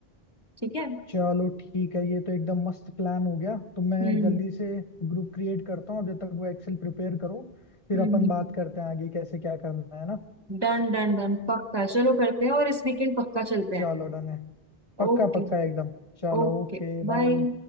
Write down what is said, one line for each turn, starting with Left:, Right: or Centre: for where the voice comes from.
Right: ठीक है
Left: चलो ठीक है ये तो एकदम मस्त प्लान हो गया तो मैं
Right: Hmm
Left: जल्दी से ग्रुप क्रिएट करता हूँ जब तक वो एक्सेल प्रिपेयर करो फिर
Right: Hmm
Left: अपन बात करते हैं आगे कैसे क्या करना है ना
Right: Done done done पक्का चलो करते हैं और इस वीकेंड पक्का चलते
Left: चलो
Right: हैं
Left: डन है पक्का
Right: ओके
Left: पक्का एकदम चलो
Right: Okay
Left: ओके
Right: bye
Left: बाय